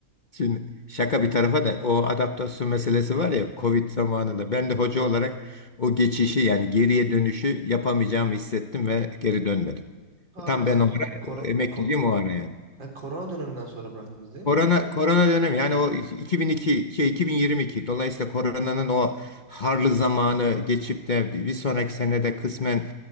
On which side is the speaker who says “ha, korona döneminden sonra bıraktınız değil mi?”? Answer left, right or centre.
Right